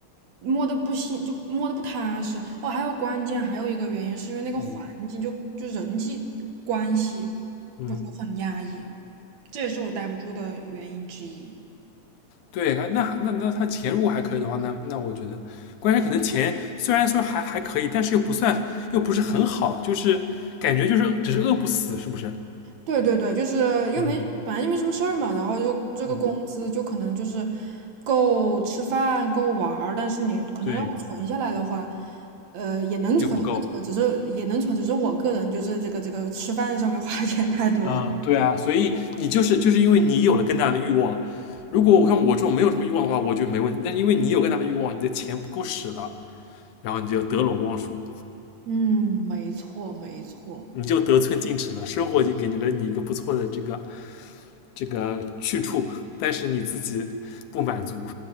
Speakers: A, on the right; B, on the left.
A: 摸的不行，就摸的不踏实。哦，还有关键还有一个原因是因为那个环境就就人际关系，
B: 嗯嗯，
A: 我觉得很压抑，这也是我待不住的原因之一。
B: 对，那那那他钱如果还可以的话，那那我觉得，关键可能钱虽然说还还可以，但是又不算又不是很好，就是感觉就是只是饿不死，是不是？
A: 对对对，就是又没本来就没什么事儿嘛，
B: 嗯
A: 然后就这个工资就可能就是
B: 嗯，
A: 够吃饭够玩儿，但是你可能要存下来的话，
B: 对
A: 呃，也能存，
B: 又不够，
A: 也能存只是也能存，只是我个人就是这个这个吃饭上面 <laughs> 花钱太多了
B: 啊、对啊，所以你就是就是因为你有了更大的欲望，如果我像我这种没有什么欲望的话，我觉得没问题，但是因为你有更大的欲望，你的钱不够使了，然后你就得陇望蜀。
A: 嗯，没错没错，
B: 你就得寸进尺了。生活已经给你了你一个不错的这个这个去处，但是你自己不满足。